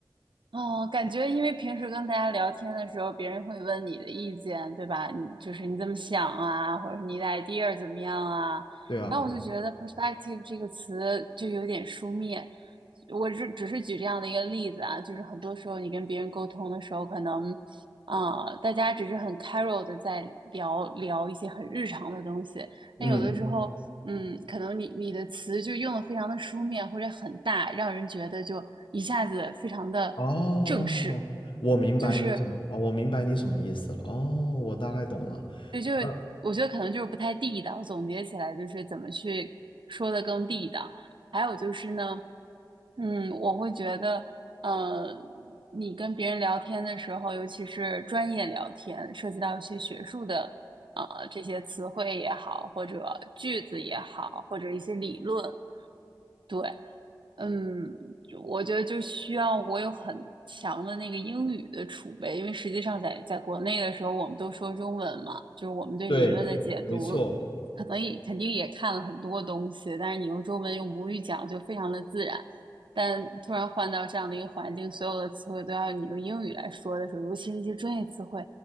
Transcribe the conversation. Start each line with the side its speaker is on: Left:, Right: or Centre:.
Right: 哦，感觉因为平时跟大家聊天的时候，别人会问你的意见，对吧？你就是你怎么想啊，或者是你的 idea 怎么样啊？
Left: 对啊，
Right: 然后我就觉得 perspective 这个词就有点书面。我是只是举这样的一个例子啊，就是很多时候你跟别人沟通的时候，可能，啊，大家只是很 c a r u a l 的在聊聊一些很日常的东西，
Left: 嗯，
Right: 那有的时候，嗯，可能你你的词就用的非常的书面或者很大，让人觉得就一下子非常的正式，
Left: 哦，我明白你什么，
Right: 就是
Left: 哦，我明白你什么意思了，哦，我大概懂了，
Right: 对，就是我觉得可能就是不太地道。
Left: 嗯，
Right: 总结起来就是怎么去说的更地道。还有就是呢，嗯，我会觉得，呃，你跟别人聊天的时候，尤其是专业聊天，涉及到一些学术的。呃，这些词汇也好，或者句子也好，或者一些理论，对，嗯，我觉得就需要我有很强的那个英语的储备，因为实际上在在国内的时候，我们都说中文嘛，就是我们对理论的解读，
Left: 对，没错，
Right: 可能也肯定也看了很多东西，但是你用中文用母语讲就非常的自然。但突然换到这样的一个环境，所有的词汇都要你用英语来说的时候，尤其是一些专业词汇，